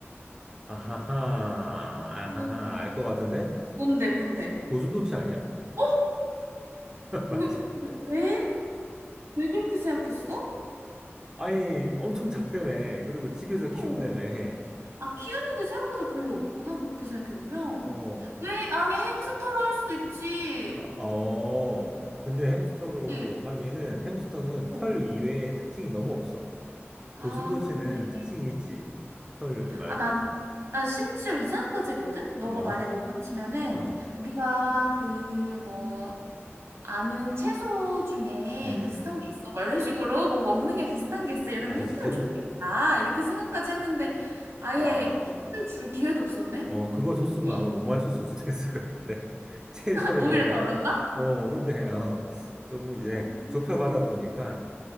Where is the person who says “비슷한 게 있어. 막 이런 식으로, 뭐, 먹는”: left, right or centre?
Right